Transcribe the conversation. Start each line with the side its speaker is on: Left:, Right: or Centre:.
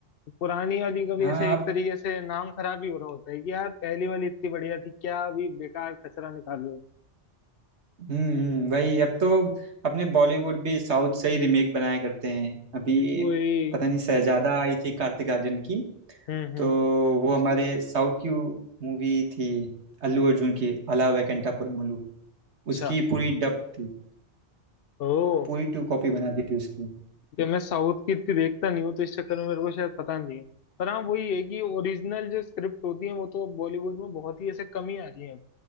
Left: पुरानी वाली का भी
Right: हाँ
Left: ऐसे
Right: आप
Left: एक तरीके से नाम खराब ही हो रहा होता है कि यार पहली वाली इतनी बढ़िया थी क्या अभी बेकार कचरा निकाल रहे हो
Right: हम्म हम्म, वही अब तो अपने बॉलीवुड भी साउथ से ही रिमेक बनाया करते हैं अभी
Left: वही
Right: पता नहीं शहजादा आई थी कार्तिक आर्यन की
Left: हम्म
Right: तो
Left: हम्म
Right: वो हमारे साउथ की मूवी थी अल्लू अर्जुन की अला वेंकटा पुरमुलु
Left: अच्छा
Right: उसकी पूरी डब थी
Left: ओ
Right: पूरी टू कॉपी बना दी थी उसकी
Left: कि मैं साउथ की इतनी देखता नहीं हूँ तो इस चक्कर में मेरे को शायद पता नहीं है पर हाँ वही है कि ओरिजिनल जो स्क्रिप्ट होती है वो तो बॉलीवुड में बहुत ही ऐसे कम ही आ रही है